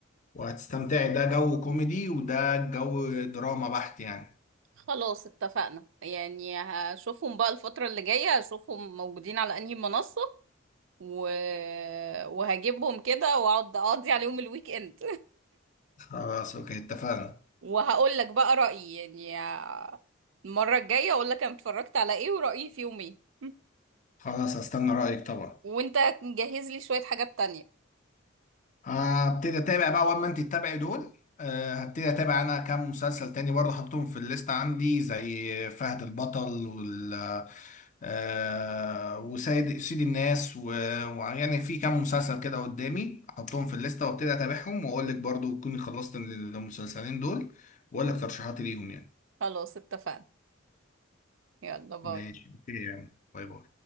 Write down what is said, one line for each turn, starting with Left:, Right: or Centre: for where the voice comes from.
Left: وهتستمتعي ده جو كوميدي وده جو دراما بحت يعني
Right: خلاص اتفقنا يعني هشوفهم بقى الفترة اللي جاية هشوفهم موجودين على انهي منصة و... وهجيبهم كده واقعد اقضي عليهم الويك اند
Left: خلاص اوكي اتفقنا
Right: وهقول لك بقى رأيي يعني المرة الجاية اقول لك انا اتفرجت على ايه ورأيي فيهم ايه
Left: خلاص هستنى رأيك طبعا
Right: وانت جهز لي شوية حاجات تانية
Left: هبتدي اتابع بقى اول ما انت تتابعي دول آه، هبتدي اتابع انا كام مسلسل تاني برضه حطيتهم في الليست عندي زي فهد البطل وال آه، وسيد سيد الناس و- ويعني في كام مسلسل كده قدامي احطهم في الليسته وابتدي اتابعهم واقول لك برضه تكوني خلصت المسلسلين دول واقول لك ترشيحاتي ليهم يعني
Right: خلاص اتفقنا يلا باي
Left: ماشي اوكي يعني باي باي